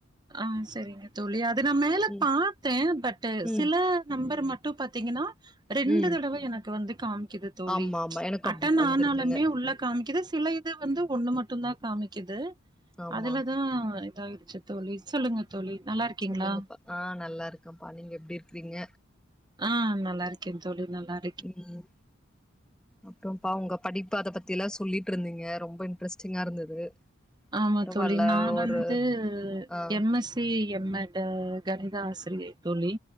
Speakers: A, on the right; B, in the centre.
A: ஆ சரிங்க தோழி அது நா மேல
B: ம்
A: பாத்தே பட்
B: ம்
A: சில நம்பர் மட்டு இப்ப பாத்தீங்கன்னா ரெண்டு
B: ம்
A: தடவ எனக்கு வந்து காமிக்கிது தோழி
B: ஆமா ஆமா எனக்கு
A: அட்டன்
B: அப்டி வந்திருக்குங்க
A: ஆனாலுமே உள்ள காமிக்குது சில இது வந்து ஒண்ணு மட்டு தா காமிக்குது
B: ஆமா
A: அதுலதா இதாயிடுச்சு தோழி சொல்லுங்க தோழி நல்லா இருக்கீங்களா
B: சொல்லுங்கப்பா ஆ நல்லா இருக்கேப்பா நீங்க எப்டி இருக்குறீங்க
A: ஆ நல்லா இருக்கே தோழி நல்லா இரு
B: ம் அப்புறம்ப்பா உங்க படிப்பு அத பத்தி எல்லா சொல்லிட்டு இருந்தீங்க ரொம்ப இன்ட்ரெஸ்டிங்கா இருந்தது
A: ஆமா
B: பரவால்ல
A: தோழி நா வந்து
B: ஒரு ஆ
A: எம் எஸ் தி எம் மட்டு கணிக ஆசிரியை தோழி